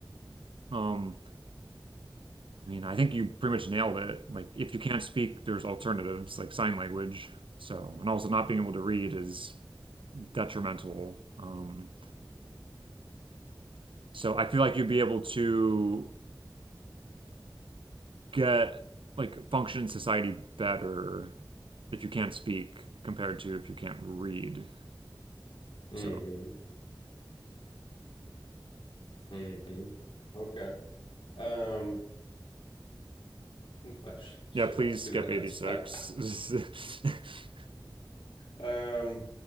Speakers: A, on the right; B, on the left.
A: Um, I mean, I think you pretty much nailed it. Like, if you can't speak, there's alternatives like sign language. So, and also not being able to read is detrimental. Um, so I feel like you'd be able to get like function in society better if you can't speak compared to if you can't read.
B: hmm
A: So,
B: hmm Okay. Um, <laughs> I sh should
A: yeah, please
B: ask you
A: skip
B: that next
A: 86.
B: <laughs> one.
A: <laughs>
B: Um,